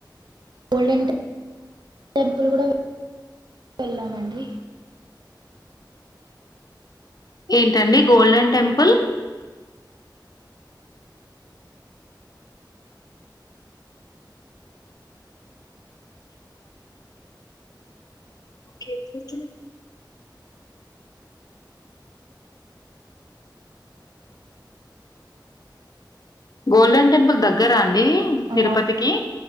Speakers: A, on the right; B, on the left.
A: గోల్డెన్ టెంపుల్ కూడా వెళ్ళామండి.
B: ఏంటండి గోల్డెన్ టెంపుల్. ఓకేవుంచున్నవ్. గోల్డెన్ టెంపుల్ దగ్గర అండి. దేహి
A: ఆ
B: తిరుపతికి.